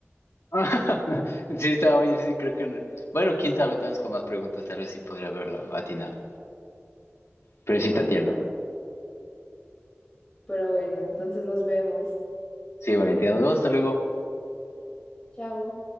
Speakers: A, on the left; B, on the left.
A: <laughs> Sí, estaba muy difícil, creo que... no- Bueno, quién sabe, tal vez con más preguntas, tal vez sí podría haberlo atinado. Pero sí está
B: Ajá.
A: tierno.
B: Pero bueno, entonces nos vemos.
A: Sí, Valentina, nos vemos, hasta luego.
B: Chao.